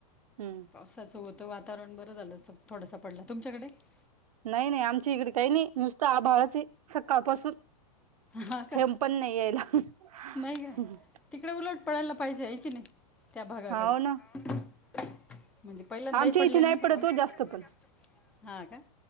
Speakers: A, on the right (about 65°); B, in the centre.
A: हम्म <unintelligible>
B: असंचं होतं वातावरण बरं झालं थोडासा पडला तुमच्याकडे? <unintelligible>
A: नाही नाही आमच्या इकडे काही नाही नुसतं आभावाचे <unintelligible> सकाळपासून
B: हा का
A: थेम पण नाही यायला <unintelligible>
B: नाही का तिकडे उलट पडायला पाहिजे आहे की नाही त्या भागाकडे
A: हाव ना
B: <unintelligible> म्हणजे पहिल्यांदाही
A: आमच्या
B: पडलेला
A: इथे
B: नाही का
A: पडत
B: पाऊस
A: ओ
B: <unintelligible>
A: जास्त पण
B: हा का